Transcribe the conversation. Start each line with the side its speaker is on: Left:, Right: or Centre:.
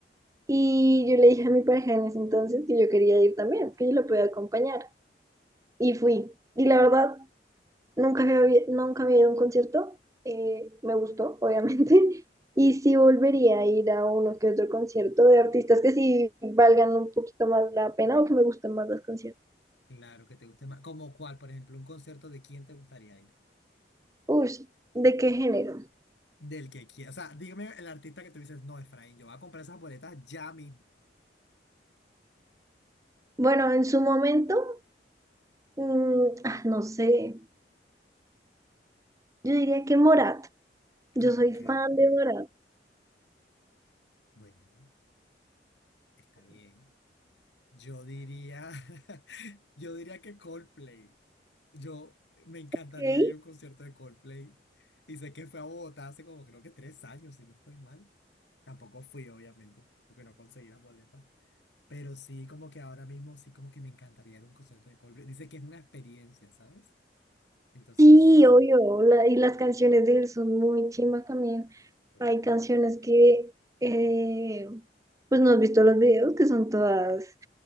Right: Y yo le dije a mi pareja en ese entonces que yo quería ir también, que yo la podía acompañar. Y fui. Y la verdad, nunca había, nunca había ido a un concierto. Eh, me gustó, obviamente. <laughs> Y sí volvería a ir a uno que otro concierto de artistas que sí valgan un poquito más la pena o que me gusten más las canciones.
Left: Claro que te guste más. ¿Como cuál? Por ejemplo, un concierto de quién te gustaría ir.
Right: Uy, ¿de qué género?
Left: Del que quiera. O sea, dígame el artista que tú dices, no, Efraín, yo voy a comprar esas boletas ya mismo.
Right: Bueno, en su momento, mm, ah, no sé. Yo diría que Morat. Yo
Left: Ok,
Right: soy fan de Morat.
Left: bueno, está bien. Yo diría, <laughs> yo diría que Coldplay. Yo me encantaría
Right: ¿ok?
Left: ir a un concierto de Coldplay. Y sé que fue a Bogotá hace como creo que tres años, si no estoy mal. Tampoco fui, obviamente, porque no conseguí las boletas. Pero sí, como que ahora mismo sí, como que me encantaría ir a un concierto de Coldplay. Dice que es una experiencia, ¿sabes? Entonces,
Right: Sí, obvio, la- y las canciones de él son muy chimbas también.
Left: total.
Right: Hay canciones que, eh, pues no has visto los videos, que son todas